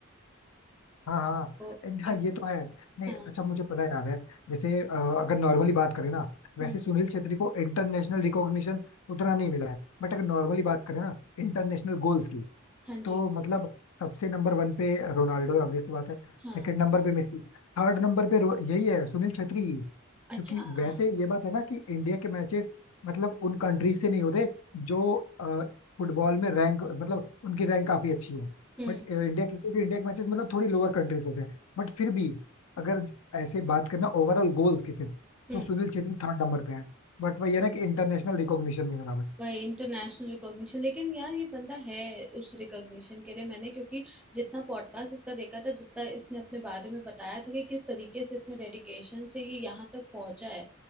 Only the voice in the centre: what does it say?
तो
इन,
हाँ
हम्म,
हाँ जी
हाँ
अच्छा
हाँ हाँ,
हम्म
हम्म
वही इंटरनेशनल रिकॉग्निशन लेकिन यार ये बंदा है उस रिकॉग्निशन के लिए मैंने क्योंकि जितना पॉडकास्ट इसका देखा था जितना इसने अपने बारे में बताया था कि किस तरीके से इसने डेडिकेशन से ये यहाँ तक पहुंचा है